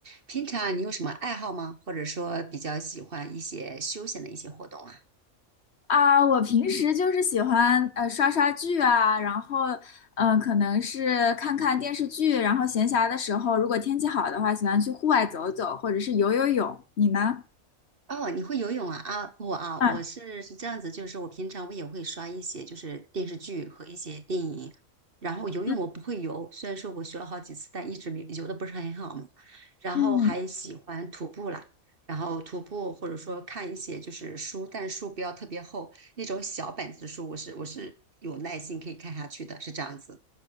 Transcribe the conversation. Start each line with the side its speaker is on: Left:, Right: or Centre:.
Right: 平常你有什么爱好吗？或者说比较喜欢一些休闲的一些活动啊？
Left: 啊，我平时就是喜欢呃刷刷剧啊，然后嗯、呃可能是看看电视剧，然后闲暇的时候，如果天气好的话，喜欢去户外走走，或者是游游泳。你呢？
Right: 哦，你会游泳啊？啊，我啊，
Left: 啊，
Right: 我是是这样子，就是我平常我也会刷一些就是电视剧和一些电影，然后游泳我不会游，
Left: 嗯
Right: 虽然说我学了好几次，但一直没游的不是很好嘛。然后还喜欢徒步啦，
Left: 嗯
Right: 然后徒步或者说看一些就是书，但是书不要特别厚，那种小本子书，我是我是有耐心可以看下去的，是这样子。